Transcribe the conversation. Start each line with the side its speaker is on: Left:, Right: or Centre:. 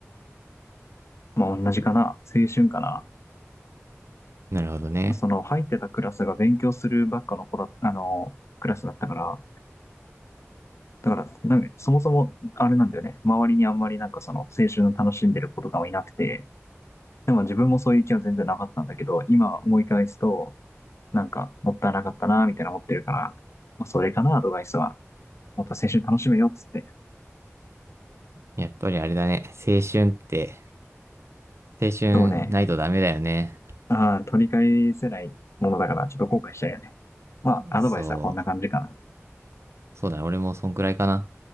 Left: まあ、同じかな。青春かな。
Right: なるほどね。
Left: その入ってたクラスが勉強するばっかの子だ、あの、クラスだったから、だから、なんか、そもそも、あれなんだよね。周りにあんまりなんかその、青春を楽しんでる子とかもいなくて、でも自分もそういう気は全然なかったんだけど、今思い返すと、なんか、もったいなかったな、みたいな思ってるから、まあ、それかな、アドバイスは。もっと青春楽しめよ、っつって。
Right: やっぱりあれだね。青春って、青春ないとダメだよね。
Left: そうね。ああ、取り返せないものだから、ちょっと後悔しちゃうよね。まあ、
Right: そう。
Left: アドバイスはこんな感じかな。
Right: そうだね。俺もそんくらいかな。